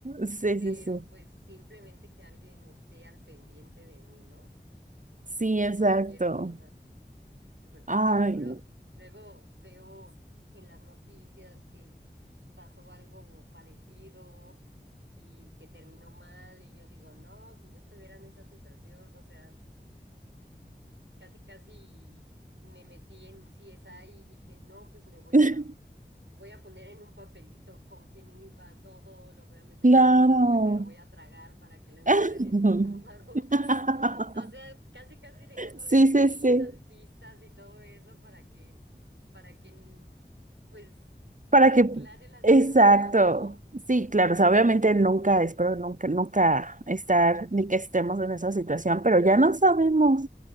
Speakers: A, on the right (about 45°); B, on the right (about 80°).
A: Sí,
B: pero
A: sí, sí.
B: pues simplemente que alguien esté al pendiente de mí, ¿no?
A: Sí,
B: Por
A: exacto.
B: cualquier cosa. porque
A: Ay,
B: te lo juro, luego veo en las noticias que pasó algo parecido y que terminó mal y yo digo, no, si yo estuviera en esa situación, o sea, casi casi me metí en CSI y dije, no, pues me voy
A: <laughs>
B: a, voy a poner en un papelito con quién iba todo, lo voy a meter
A: claro.
B: en un globo y me lo voy a tragar para que lo encuentren
A: <laughs>
B: en mi <laughs> estómago. O sea, casi casi dejándoles
A: Sí, sí,
B: pistas,
A: sí.
B: pistas y todo eso para que, para que, mm, pues,
A: Para
B: se
A: que,
B: aclare la
A: exacto.
B: situación, ¿no?
A: Sí, claro, o sea, obviamente nunca, espero nunca, nunca estar ni que estemos en esa situación, pero ya no sabemos.